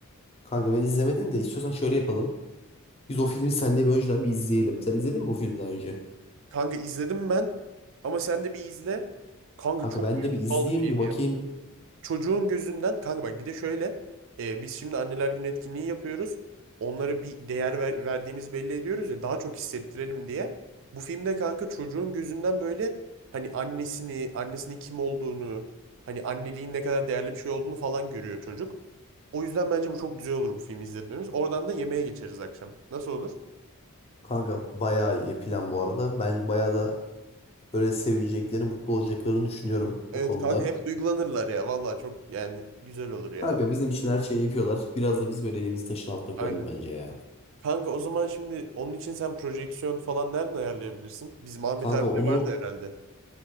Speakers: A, on the left (about 25°); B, on the right (about 60°).
A: Kanka ben izlemedim de istiyorsan şöyle yapalım. Biz o filmi seninle bir önceden bir izleyelim. Sen izledin mi bu filmi daha önce?
B: Kanka izledim ben ama sen de bir izle. Kanka
A: Kanka
B: çok
A: ben de
B: duygusal
A: bir izleyeyim
B: bir film.
A: bir bakayım.
B: çocuğun gözünden kanka bak bir de şöyle e, biz şimdi anneler günü etkinliği yapıyoruz. Onlara bir değer ver- verdiğimizi belli ediyoruz ya daha çok hissettirelim diye. Bu filmde kanka çocuğun gözünden böyle hani annesini, annesinin kim olduğunu, hani anneliğin ne kadar değerli bir şey olduğunu falan görüyor çocuk. O yüzden bence bu çok güzel olur bu filmi izletmemiz. Oradan da yemeğe geçeriz akşam. Nasıl olur?
A: Kanka bayağı iyi plan bu arada. Ben bayağı da Böyle sevecekleri, mutlu olacaklarını düşünüyorum
B: Evet
A: bu konuda.
B: kanka hep duygulanırlar ya. Vallahi çok yani güzel olur ya.
A: Kanka bizim için her şeyi yapıyorlar. Biraz da biz böyle elimizi taşın altına
B: Aynen.
A: koyalım bence ya.
B: Kanka o zaman şimdi onun için sen projeksiyon falan nereden ayarlayabilirsin? Bizim Ahmet
A: Kanka
B: abi
A: onu
B: de vardı herhalde.